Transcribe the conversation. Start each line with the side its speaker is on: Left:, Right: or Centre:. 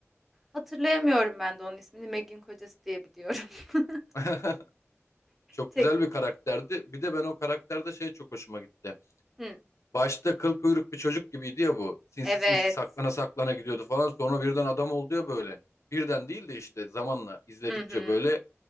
Centre: Hatırlayamıyorum ben de onun ismini. Meg'in kocası diye biliyorum. <laughs>
Left: <laughs> Çok
Centre: Çekik.
Left: güzel bir karakterdi. Bir de ben o karakterde şey çok hoşuma gitti.
Centre: Hı.
Left: Başta kıl kuyruk bir çocuk gibiydi ya bu. Sinsi
Centre: Evet.
Left: sinsi saklana saklana gidiyordu falan. Sonra birden adam oldu ya böyle. Birden değil de işte zamanla izledikçe
Centre: Hı hı.
Left: böyle